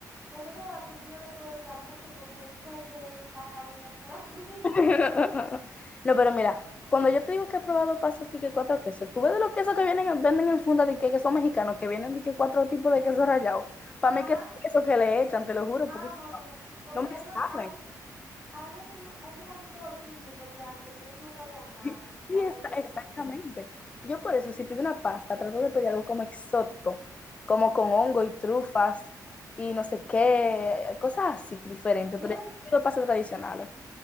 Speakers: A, on the right; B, on the left.
A: lo que son baratos sí yo le puedo echar mucho porque tú sabes que la calidad no es la <laughs> misma.
B: <laughs> No, pero mira, cuando yo te digo que he probado pastas de que cuatro quesos, tú ves de los quesos que vienen, en- venden en funda de que que son mexicanos, que vienen de que cuatro tipos de queso rallado. Para
A: Ajá.
B: mí que es queso que le echan, te lo juro,
A: Ah,
B: porque
A: no, no, no. Porque
B: no me
A: ahí,
B: saben.
A: lo, ahí, ahí eso no, eso para mí que lo tiñen los pedacitos, porque eso no sabía nada,
B: <laughs>
A: esos
B: Sí,
A: cuatro
B: está,
A: quesos
B: exactamente.
A: rallados.
B: Yo por eso, si pido una pasta, trato de pedir algo como exótico, como con hongo y trufas y no sé qué, cosas así diferentes,
A: Yo
B: pero
A: no,
B: yo pido pastas tradicionales.